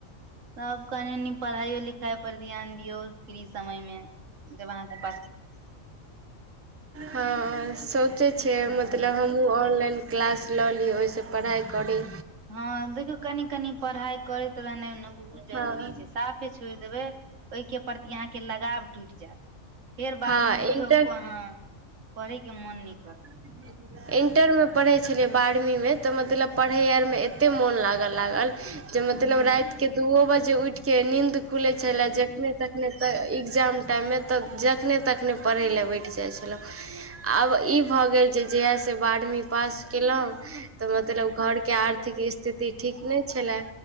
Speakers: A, on the right; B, on the right.
A: तब कनि मनी पढ़ाईयो लिखाई पर ध्यान दियऔ फ्री समय में जब अहाँकेँ
B: <unintelligible> हँ सोचे छियै
A: ह
B: मतलब हम हमहुँ ऑनलाइन क्लास लऽ ली ओइ स पढ़ाई करी
A: हँ देखियौ कनि कनि पढ़ाई करैत रहनाइ ओने बहुत जरूरी
B: हँ
A: छै सा फे छोड़ देबै ओइ केँ प्रति अहाँ केँ लगाव टूट जैत फेर बाद
B: हँ
A: में कहियो
B: इन्टर
A: प हऽ <inaudible> पढ़े केँ मोन नै करत
B: <unintelligible> इंटर में पड़ै छलियै बारहवी में तऽ मतलब पढ़ै आर में एते मोन लाग लागल जे मतलब
A: ह
B: राइत केँ दूओ बजे उठ केँ नींन्द खुले छलै जखने तखने तऽ एग्जाम टाइममे तऽ जखने तखने पढ़ै लए बैठ जाइ छलहुँ आब ई भऽ गेल जे जहियासँ बारहमी पास कयलहुँ तऽ मतलब घरके आर आर्थिक स्थिति ठीक नहि छलै